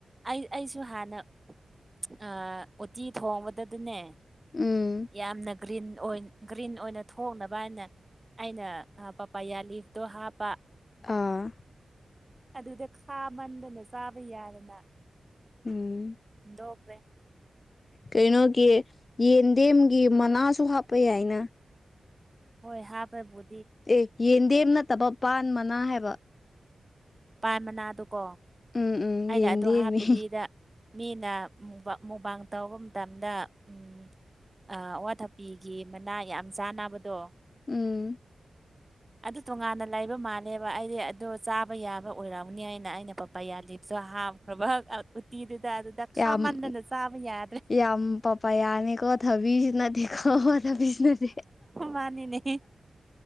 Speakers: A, on the right (about 20°); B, on the left (about 40°).
A: ꯑꯩ ꯑꯩꯁꯨ ꯍꯥꯟꯅ ꯑ ꯑꯣꯇꯤ ꯊꯣꯡꯕꯗꯗꯤꯅꯦ
B: ꯎꯝ
A: ꯌꯥꯝꯅ ꯒ꯭ꯔꯤꯟ ꯑꯣꯏ ꯒ꯭ꯔꯤꯟ ꯑꯣꯏꯅ ꯊꯣꯛꯅꯕꯅ ꯑꯩꯅ ꯄꯄꯥꯌꯥ ꯂꯤꯐꯇꯣ ꯍꯥꯞꯄ
B: ꯑꯥ
A: ꯑꯗꯨꯗ ꯈꯥ ꯃꯟꯗꯅ ꯆꯥꯕ ꯌꯥꯗꯅ
B: ꯎꯝ
A: ꯗꯣꯛꯈ꯭ꯔꯦ
B: ꯀꯩꯅꯣꯒꯤ ꯌꯦꯟꯗꯦꯝꯒꯤ ꯃꯅꯥꯁꯨ ꯍꯥꯞꯄ ꯌꯥꯏꯅ
A: ꯍꯣꯏ ꯍꯥꯞꯄꯦꯕꯨ
B: ꯑꯦ ꯌꯦꯟꯗꯦꯝ ꯅꯠꯇꯕ ꯄꯥꯟ ꯃꯅꯥ ꯍꯥꯏꯕ
A: ꯄꯥꯟ ꯃꯅꯥꯗꯀꯣ
B: ꯎꯝ ꯎꯝ
A: ꯑꯩꯅ
B: ꯌꯦꯟꯗꯦꯝꯃꯤ
A: ꯑꯗꯣ ꯍꯥꯞꯇꯕꯤꯗ ꯃꯤꯅ ꯃꯨꯛꯕꯥꯡ ꯃꯨꯛꯕꯥꯡ ꯇꯧꯕ ꯃꯇꯝꯗ ꯎꯝ ꯑꯋꯥꯊꯄꯤꯒꯤ ꯃꯅꯥ ꯌꯥꯝ ꯆꯥꯅꯕꯗꯣ
B: ꯎꯝ
A: ꯑꯗꯨ ꯇꯣꯉꯥꯟꯅ ꯂꯩꯕ ꯃꯥꯜꯂꯦꯕ ꯑꯩꯗꯤ ꯑꯗꯨ ꯆꯥꯕ ꯌꯥꯕ ꯑꯣꯏꯔꯝꯅꯤ ꯍꯥꯏꯅ ꯑꯩꯅ ꯄꯄꯥꯌꯥ ꯌꯥꯂꯤꯞꯇꯣ ꯍꯥꯞ ꯕ ꯎꯇꯤꯗꯨꯗ ꯑꯗꯨꯗ ꯈꯥꯃꯟꯗꯅ
B: ꯌꯥꯝ
A: ꯆꯥꯕ ꯌꯥꯗ꯭ꯔꯦ
B: ꯌꯥꯝ ꯄꯄꯥꯌꯥ ꯌꯥꯅꯤꯀꯣ ꯊꯕꯤꯁꯨ ꯅꯠꯇꯦꯀꯣ ꯊꯕꯤꯁꯨ ꯅꯠꯇꯦ
A: ꯃꯥꯅꯤꯅꯦ